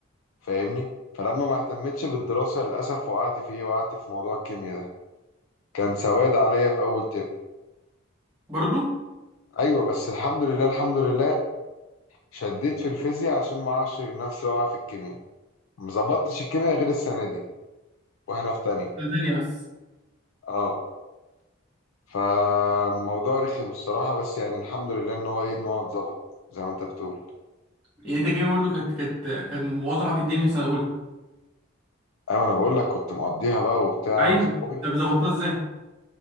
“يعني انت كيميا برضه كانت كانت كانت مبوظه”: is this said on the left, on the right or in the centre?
Right